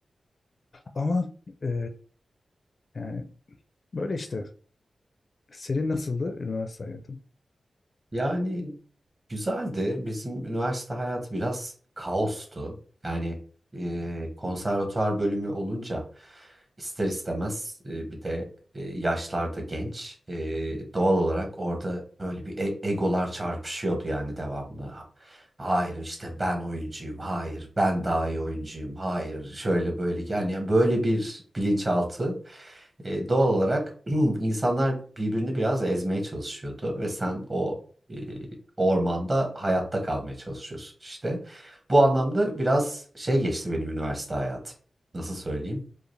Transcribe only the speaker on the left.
Ama e, yani böyle işte. Senin nasıldı üniversite hayatın?